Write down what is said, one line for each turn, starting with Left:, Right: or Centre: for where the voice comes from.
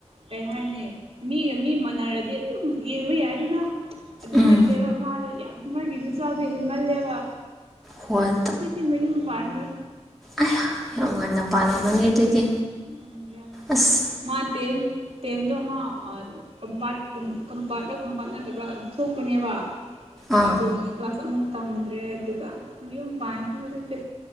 Right: ꯀꯩ ꯍꯥꯏꯅꯤ ꯃꯤꯒ ꯃꯤ ꯃꯥꯟꯅꯔꯗꯤ ꯑꯗꯨꯝ ꯌꯦꯡꯕ ꯌꯥꯏꯗꯅ ꯑꯗꯨ
Centre: ꯎꯝ
Right: ꯅꯠꯇꯦꯕ ꯃꯥꯗꯣ ꯌꯥꯝ ꯃꯥꯒꯤ ꯆꯥꯗꯣ ꯍꯦꯟꯃꯜꯂꯦꯕ
Centre: ꯍꯣꯏ
Right: ꯍꯧꯖꯤꯛꯇꯤ ꯃꯌꯨꯝ ꯄꯥꯟꯈ꯭ꯔꯦ
Centre: ꯑꯌꯥ ꯌꯥꯝ ꯉꯟꯅ ꯄꯥꯜꯂꯝꯃꯅꯤ ꯑꯗꯨꯗꯤ
Right: ꯎꯝ
Centre: ꯑꯁ
Right: ꯃꯥ ꯇꯦꯟ ꯇꯦꯟꯗꯣ ꯃꯥ ꯀꯝꯄ ꯀꯝꯄꯥꯠ꯭ꯔꯥ ꯀꯝꯄꯥꯠ ꯅꯗꯕ꯭ꯔꯥ ꯊꯣꯛꯄꯅꯦꯕ
Centre: ꯑꯥ
Right: ꯑꯗꯨꯅ ꯀ꯭ꯂꯥꯁ ꯑꯃꯨꯛ ꯇꯝꯗ꯭ꯔꯦ ꯑꯗꯨꯒ ꯃꯌꯨꯝ ꯄꯥꯟꯈꯔꯦ ꯍꯧꯖꯤꯛꯇꯤ